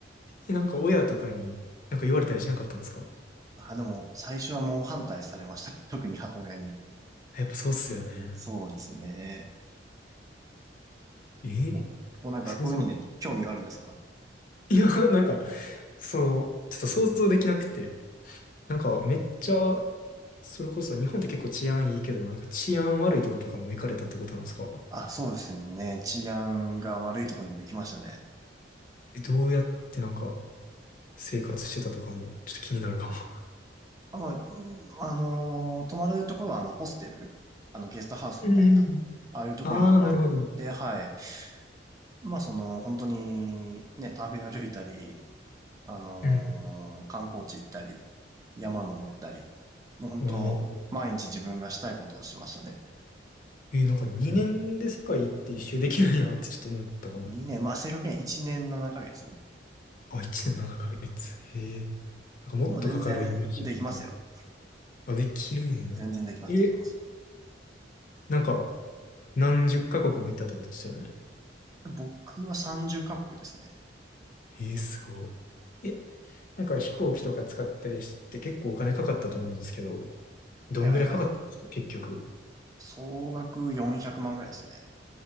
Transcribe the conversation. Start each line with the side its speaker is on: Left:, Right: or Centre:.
Left: え、なんか親とかに、なんか言われたりしなかったんですか
Right: あ、でも、最初はもう反対されましたね。<laughs> 特に母親に。
Left: やっぱそうっすよね。
Right: そうですね。
Left: え、
Right: おこうなんか、
Left: 想像。
Right: そういうのに興味があるんですか
Left: いや、なんか、その、ちょっと想像できなくて、なんかめっちゃ、それこそ日本って結構治安いいけど、なんか治安悪いとことかも行かれたってことなんですか
Right: あ、そうですね。治安が悪いところにも行きましたね。
Left: え、どうやってなんか生活してたとかもちょっと気になるかも。
Right: あ、まあ、うんあのー泊まるところは、あの、ホステル、あの、ゲストハウスみたいな、
Left: うん。
Right: ああいうところに泊まって、
Left: ああ、なるほど。
Right: はい。まあ、その、本当に、ね、旅歩いたり、あのー観光地行ったり、
Left: うん。
Right: 山登ったり、もう本当、
Left: おー。
Right: 毎日自分がしたいことをしましたね。
Left: えーなんか2年で世界って一周できるんやってちょっと思ったかも。
Right: 2年、まあ、正確には1年7ヶ月。
Left: あ、1年7ヶ月。へえ。なんかもっとかかるイメージやけど。
Right: でも全然できますよ。
Left: あ、できるんや。
Right: 全然できます、
Left: え、
Right: できます。
Left: なんか、何十カ国も行ったってことですよね。
Right: 僕は30カ国ですね。
Left: えーすごい。え、なんか飛行機とか使ったりして結構お金かかったと思うんですけど、どんぐらいかかったんですか結局。
Right: はいはいはい。総額400万ぐらいですね。